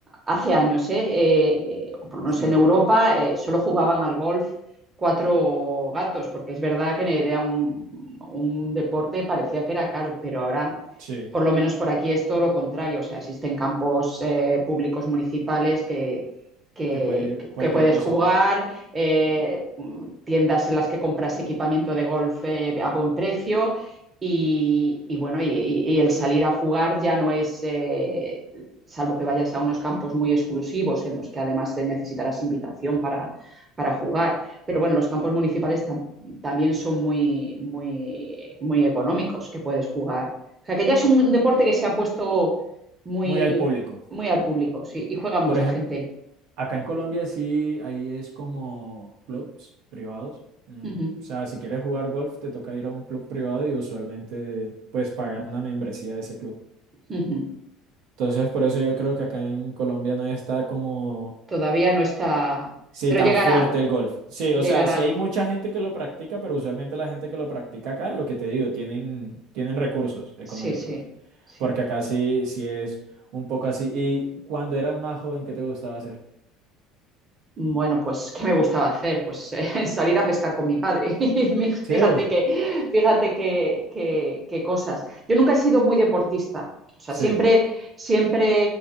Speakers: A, on the right; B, on the right.
A: hace años, ¿eh? Eh, eh, o por lo menos
B: Sí,
A: en Europa, eh, solo jugaban al golf cuatro gatos, porque es verdad que era un, un deporte, parecía que era caro, pero ahora
B: sí,
A: por lo menos por aquí es todo lo contrario, o sea, existen campos eh, públicos municipales que, que,
B: que puede ir cualquier
A: que puedes
B: persona.
A: jugar, eh, tiendas en las que compras equipamiento de golf eh, a buen precio y, y bueno, y, y- y el salir a jugar ya no es, eh, salvo que vayas a unos campos muy exclusivos en los que además eh, necesitarás invitación para, para jugar. Pero bueno, los campos municipales tam- también son muy, muy, muy económicos que puedes jugar o sea, que ya es un deporte que se ha puesto muy,
B: Muy al público.
A: muy al público, sí, y juega mucha
B: Por ejemplo,
A: gente.
B: acá en Colombia sí, ahí es como clubs privados. en-
A: Uh -huh,
B: o sea, si quieres jugar golf, te toca ir a un club privado y usualmente pues pagar una membresía de ese club.
A: uh -huh.
B: Entonces, por eso yo creo que acá en Colombia no está como,
A: Todavía no está,
B: sí,
A: pero
B: tan
A: llegará,
B: fuerte el golf. Sí,
A: llegará.
B: o sea, sí hay mucha gente que lo practica, pero usualmente la gente que lo practica acá, lo que te digo, tienen, tienen recursos económicos.
A: Sí, sí, sí.
B: Porque acá sí, sí es un poco así. ¿Y cuando eras más joven, qué te gustaba hacer?
A: Bueno, pues, ¿qué me gustaba hacer? Pues eh, <laughs> salir a pescar con mi padre. <laughs> Y mi- fíjate
B: Sí,
A: que, fíjate que, que, que cosas. Yo nunca he sido muy deportista. O sea,
B: sí.
A: siempre, siempre